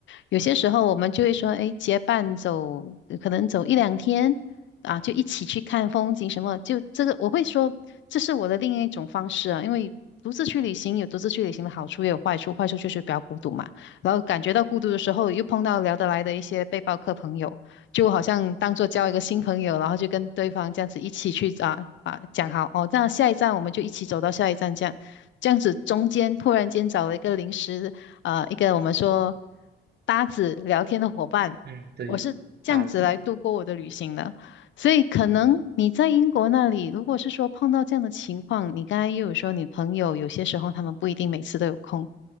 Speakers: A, on the left; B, on the right.
A: 有些时候我们就会说，哎，结伴走，呃可能走一两天啊，就一起去看风景什么。就这个，我会说这是我的另一种方式啊，因为独自去旅行有独自去旅行的好处，也有坏处。坏处就是比较孤独嘛，然后感觉到孤独的时候，又碰到聊得来的一些背包客朋友，就好像当做交一个新朋友，然后就跟对方这样子一起去啊啊讲好哦，那下一站我们就一起走到下一站这样。这样子中间突然间找了一个临时。呃一个我们说搭子聊天的伙伴，
B: 嗯对，
A: 我是这样子来度过我的旅行的。
B: 大子。
A: 所以可能你在英国那里，如果是说碰到这样的情况，你刚才又有说你朋友有些时候他们不一定每次都有空，